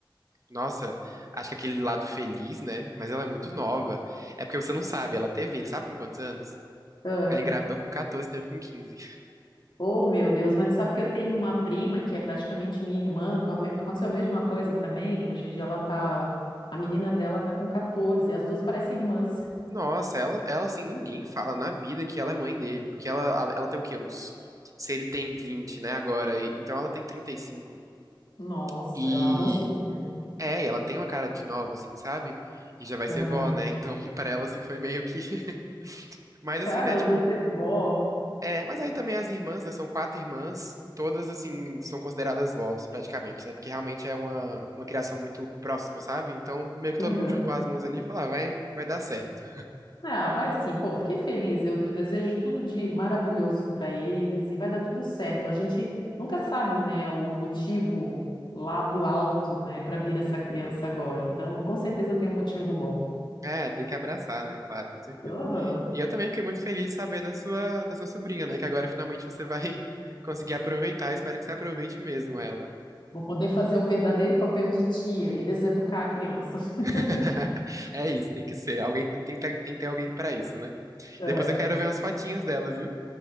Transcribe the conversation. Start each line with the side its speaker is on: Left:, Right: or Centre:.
Right: nossa, acho que aquele lado feliz, né? Mas ela é muito nova. É porque você não sabe, ela teve, ele sabe com quantos anos?
Left: aham.
Right: Ela engravidou com 14, teve com quinze
Left: Oh, meu Deus, mas sabe que eu tenho uma prima que é praticamente minha irmã, com a me- aconteceu a mesma coisa também. Hoje em dia ela tá, a menina dela tá com 14, as duas parecem irmãs.
Right: Nossa, ela, ela assim, ninguém fala na vida que ela é mãe dele. Porque ela, ela tem o quê? Uns. Se ele tem 20 né, agora. e- Então ela tem 35.
Left: Nossa,
Right: E. cinco. E
Left: é uma mocinha.
Right: É, e ela tem uma cara de nova, assim, sabe? E já vai ser
Left: Aham.
Right: vó, né? Então <laughs> pra ela, assim, foi meio que. <laughs> Mas assim,
Left: Cara,
Right: né,
Left: ela
Right: tipo.
Left: vai ser vó.
Right: É, mas aí também as irmãs, né? São quatro irmãs. Todas, assim, são consideradas vós, praticamente, né? Porque realmente é uma, uma criação muito próxima, sabe? Então meio que todo
Left: Aham.
Right: mundo juntou as mãos ali e falou, ah, vai, vai dar certo.
Left: Ah, vai sim, pô, fiquei feliz. Eu, eu desejo tudo de maravilhoso para eles e vai dar tudo certo. A gente nunca sabe, né, o motivo lá do alto, né, para vir essa criança agora. Então, com certeza tem um motivo bom.
Right: É, tem que abraçar, né? Claro, com certeza.
Left: Aham.
Right: E eu também fiquei muito feliz de saber da sua, da sua sobrinha, né? Que agora finalmente você vai <laughs> conseguir aproveitar. Eu Espero que você aproveite mesmo ela.
Left: Vou poder fazer o verdadeiro papel de tia e deseducar a criança.
Right: <laughs>
Left: <laughs>
Right: É isso, tem que ser. Alguém tem, que ter- tem que ter alguém pra isso, né?
Left: É.
Right: Depois eu quero ver umas fotinhas dela, viu?